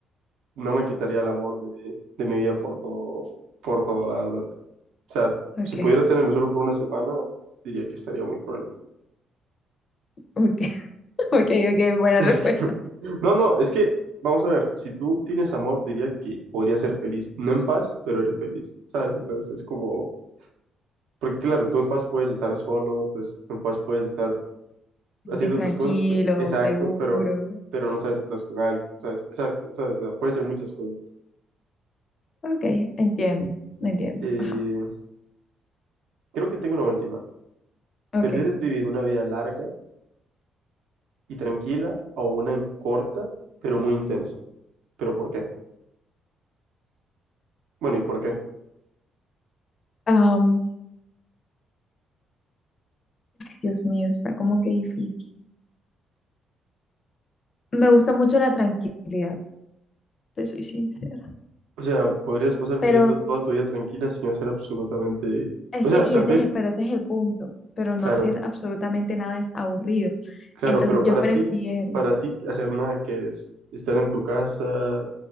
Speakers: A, on the right; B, on the left.
A: no me quitaría el amor de, de mi vida por todo, por todo, la verdad. O sea,
B: Ok,
A: si pudiera tenerlo solo por una semana, diría que estaría muy cruel.
B: ok, <laughs> ok, ok, buena respuesta.
A: <laughs> No, no, es que, vamos a ver, si tú tienes amor, diría que podrías ser feliz. No en paz, pero eres feliz, ¿sabes? Entonces es como, porque claro, tú en paz puedes estar solo, pues tú en paz puedes estar
B: Vives
A: haciendo
B: tranquilo,
A: tus cosas, pe- exacto,
B: seguro.
A: pero, pero no sabes si estás con alguien, ¿sabes? Exacto, ¿sabes? O sea, puede ser muchas cosas.
B: Ok, entiendo, entiendo.
A: Eh,
B: Ajá,
A: creo que tengo una última.
B: ok.
A: ¿Prefieres vivir una vida larga y tranquila o una corta, pero muy intensa? ¿Pero por qué? Bueno, ¿y por qué?
B: Am, Dios mío, está como que difícil. Me gusta mucho la tranquilidad, te soy sincera.
A: O sea, podrías pasar
B: Pero
A: viviendo toda tu vida tranquila sin hacer absolutamente...
B: es
A: O
B: que,
A: sea,
B: y
A: tal
B: ese
A: vez,
B: es el, pero ese es el punto. Pero
A: claro,
B: no hacer absolutamente nada es aburrido.
A: claro,
B: Entonces
A: pero para
B: yo prefiero,
A: ti, para ti hacer nada que es estar en tu casa,